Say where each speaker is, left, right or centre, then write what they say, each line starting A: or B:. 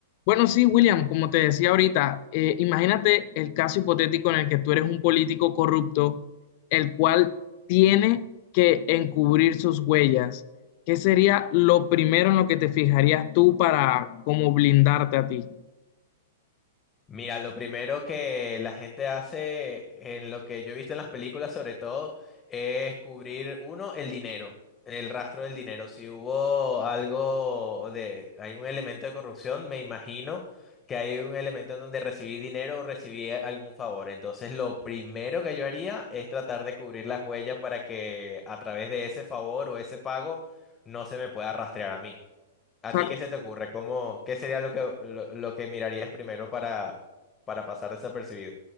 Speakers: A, on the left; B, on the left.
A: Bueno, sí, William, como te decía ahorita, eh, imagínate el caso hipotético en el que tú eres un político corrupto, el cual tiene que encubrir sus huellas. ¿Qué sería lo primero en lo que te fijarías tú para como blindarte a ti?
B: Mira, lo primero que la gente hace en lo que yo he visto en las películas sobre todo es cubrir, uno, el dinero, el rastro del dinero. Si hubo algo de, hay un elemento de corrupción, me imagino que hay un elemento en donde recibí dinero o recibí a- algún favor. Entonces, lo primero que yo haría es tratar de cubrir las huellas para que a través de ese favor o ese pago no se me pueda rastrear a mí. ¿A
A: O
B: ti
A: sea,
B: qué se te ocurre? ¿Cómo, qué sería lo que, lo, lo que mirarías primero para, para pasar desapercibido?